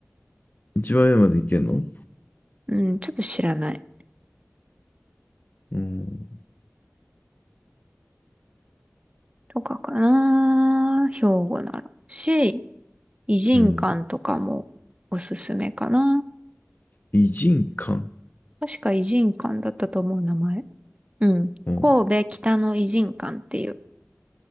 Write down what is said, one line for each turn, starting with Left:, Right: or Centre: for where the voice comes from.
Left: 一番上までいけんの
Right: うん、ちょっと知らない。
Left: うん。
Right: とかかな。兵庫なら。し、異人館とかもおすすめかな。
Left: うん。偉人館。
Right: 確か異人館だったと思う名前。うん。
Left: うん。
Right: 神戸北の異人館っていう、